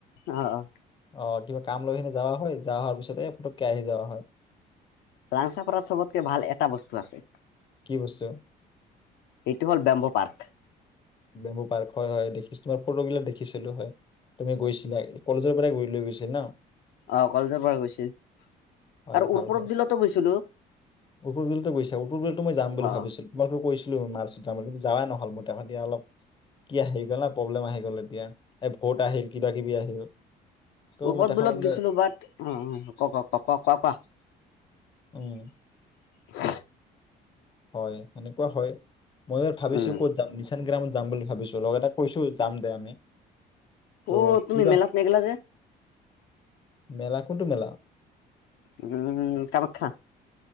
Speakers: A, on the left; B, on the left.
A: অ'
B: অ কিবা কাম লৈ কি যাৱা হয় যাৱা হোৱাৰ পিছত। এ ফটকে আহি যায় নহয়।
A: ৰাংচাপাৰা চবতকে ভাল এটা বস্তু আছে।
B: কি বস্তু
A: এইটো হ'ল বামভ। পাৰ্ক।
B: বেম্বু পাৰ্ক হয়, হয় দেখিছোঁ তোমাৰ ফটোগিলাক দেখিছিলোঁ হয়। তুমি গৈছিলা কলেজৰ পৰাই গৈ লৈ গৈছিলা ন।
A: অ কলেজৰ পৰা গৈছিল।
B: হয়
A: আৰু
B: ভাল
A: উৰপদ
B: হয়
A: বিলতো গৈছিলো
B: উত্তৰ বিল গৈছা। উত্তৰ বিলত মই যাম বুলি
A: অ'
B: ভাবিছিলোঁ, তোমাকে কৈছিলোঁ মাৰছত যাম বুলি কিন্ত। যাৱাই নহ'ল মোৰ তাৰপিছত দিয়া। অলপ কি আহি গ'ল না, প্ৰব্লেম আহি গ'ল ন এতিয়া এই ভট আহিল কিবা কিবি আহিল। ত'
A: উত্তৰ
B: মই দেখা
A: বিলত
B: মানে
A: গৈছিলোঁ বাট অ ক ক ক। কোৱা উঁহ।
B: উম হয় সেনেকুৱা হয়। মই ভাবিছোঁ
A: উম,
B: ক'ত যাম নিচান গ্ৰামত। যাম বুলি ভাবিছোঁ লগৰ এটাক কৈছোঁ যাম দে আমি। ত'
A: অ তুমি
B: কিবা
A: মেলাত নগলা যে।
B: মেলা কোনটো মেলা।
A: উম্ কামাখ্যা।